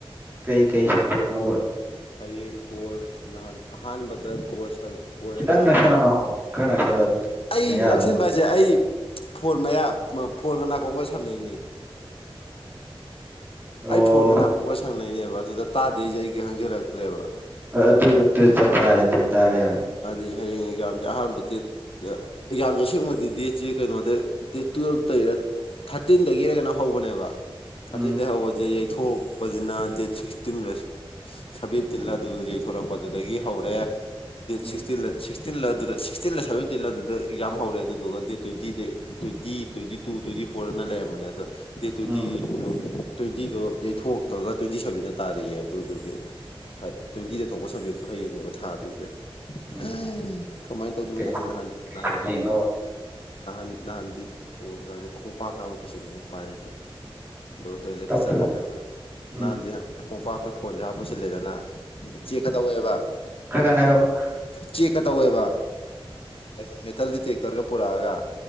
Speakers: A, on the right; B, on the left.
A: ꯀꯩꯀꯩ ꯁꯕꯖꯦꯛꯅꯣꯕ
B: ꯍꯌꯦꯡ ꯀꯣꯔ ꯅꯍꯥꯟ ꯑꯍꯥꯟꯕꯗ ꯀꯣꯔ ꯁꯕ ꯑꯣꯔꯦ
A: ꯈꯤꯇꯪ
B: ꯇꯧꯔꯦ
A: ꯅꯛꯁꯜꯂ ꯉꯥꯡꯉꯣ ꯈꯔ ꯅꯛꯁꯜꯂ
B: ꯑꯩ
A: ꯅꯌꯥꯗ
B: ꯅꯛꯁꯤꯟꯕ ꯍꯥꯏꯁꯦ ꯑꯩ ꯐꯣꯟ ꯃꯌꯥ ꯐꯣꯟꯒ ꯅꯥꯀꯣꯡꯒ ꯁꯝꯅꯩꯅꯦ
A: ꯑꯣ
B: ꯑꯩ ꯐꯣꯟꯒ ꯅꯥꯀꯣꯡꯒ ꯁꯝꯅꯩꯅꯦꯕ ꯑꯗꯨꯗ ꯇꯥꯗꯦꯁꯦ ꯑꯩꯒꯤ ꯍꯪꯖꯜꯂꯛꯇ꯭ꯔꯦꯕ
A: ꯑꯗꯨ ꯑꯗꯨ ꯆꯞ ꯆꯔꯦ ꯑꯗꯨ ꯇꯥꯔꯦ ꯌꯔꯦ
B: ꯑꯗꯨꯗꯤ ꯍꯌꯦꯡ ꯑꯦꯛꯖꯥꯝꯁꯦ ꯑꯍꯥꯟꯕ ꯗꯦꯠ ꯑ ꯑꯦꯛꯖꯥꯝꯁꯦ ꯑꯁꯦꯡꯕꯗꯤ ꯗꯦꯠꯁꯤ ꯀꯩꯅꯣꯗ ꯗꯦꯠ ꯇꯨꯋꯦꯜꯞꯇꯩꯔ ꯊꯥꯔꯇꯤꯟꯗꯒꯤꯔ ꯀꯩꯅꯣꯝ ꯍꯧꯕꯅꯦꯕ ꯊꯥꯔꯇꯤꯟꯗꯒꯤ
A: ꯎꯝ
B: ꯍꯧꯕꯁꯦ ꯌꯩ ꯊꯣꯛꯄꯁꯤꯅ ꯗꯦꯠ ꯁꯤꯛꯁꯇꯤꯟ ꯁꯚꯦꯟꯇꯤꯟꯂ ꯑꯗꯨꯗ ꯌꯩꯊꯣꯔꯛꯄ ꯑꯗꯨꯗꯒꯤ ꯍꯧꯔꯦ ꯗꯦꯠ
A: ꯎꯝ
B: ꯁꯤꯛꯇꯤꯜ ꯁꯤꯛ ꯇꯤꯟꯂ ꯑꯗꯨꯗ ꯁꯤꯛꯁꯇꯤꯟꯂ ꯁꯚꯦꯟꯇꯤꯟꯂ ꯑꯗꯨꯗ ꯑꯦꯛꯖꯥꯝ ꯍꯧꯔꯦ ꯑꯗꯨꯗꯨꯒ ꯗꯦꯠ ꯇ꯭ꯋꯦꯟꯇꯤꯗꯩ ꯇ꯭ꯋꯦꯟꯇꯤ ꯇ꯭ꯋꯦꯟꯇꯤ ꯇꯨ ꯇ꯭ꯋꯦꯟꯇꯤ- ꯐꯣꯔꯅ ꯂꯩꯔꯝꯕꯅꯦ ꯑꯗ ꯗꯦꯠ ꯇꯦꯟꯇꯤꯗꯨ
A: ꯎꯝ
B: ꯇ꯭ꯋꯦꯟꯇꯤꯗꯣ ꯌꯩꯊꯣꯛꯑꯒ ꯇ꯭ꯋꯦꯟꯇꯤ ꯁꯚꯦꯟꯗ ꯇꯥꯔꯦꯌꯦ ꯑꯗꯨꯗꯨꯒꯤ ꯍꯥꯢ ꯇ꯭ꯋꯦꯟꯇꯤꯗ ꯊꯣꯛꯄ ꯁꯕꯖꯦꯛꯇꯣ ꯍꯌꯦꯡꯅꯦꯕ ꯊꯥꯗꯣꯏꯁꯦ
A: ꯎꯝ
B: ꯑꯥ ꯀꯃꯥꯏꯅ ꯇꯧꯗꯣꯏꯅꯣ
A: ꯀꯩ
B: ꯈꯪꯗꯦ ꯅꯍꯥꯟ
A: ꯀꯩ
B: ꯅꯍꯥꯟꯗꯤ
A: ꯁꯕꯖꯦꯛꯅꯣꯕ
B: ꯉꯣ ꯅꯍꯥꯟ ꯅꯍꯥꯟꯗꯤ ꯐꯣꯟ ꯀꯗꯦ ꯈꯣꯡꯄꯥꯛꯇ ꯍꯥꯞꯄ ꯄꯨꯁꯤꯟꯕꯤꯅꯤ ꯎꯄꯥꯢꯂꯩꯇꯦ ꯗꯨꯒ ꯇꯣꯏꯂꯦꯠꯇ
A: ꯇꯞꯄꯦꯕ
B: ꯆꯠꯂꯒ
A: ꯎꯝ
B: ꯅꯍꯥꯟꯗꯤ ꯈꯣꯡꯄꯥꯛꯇ ꯐꯣꯟꯁꯦ ꯍꯥꯞꯄꯒ ꯄꯨꯁꯤꯜꯂꯦꯗꯅ ꯆꯦꯛꯀ ꯇꯧꯋꯦꯕ
A: ꯈꯔꯥ ꯀꯟꯅ ꯍꯥꯢꯔꯛꯑꯣ
B: ꯆꯦꯛꯀ ꯇꯧꯋꯦꯕ ꯀꯩꯅꯣ ꯃꯦꯇꯜ ꯗꯤꯇꯦꯛꯇꯔꯒ ꯄꯨꯔꯛꯑꯒ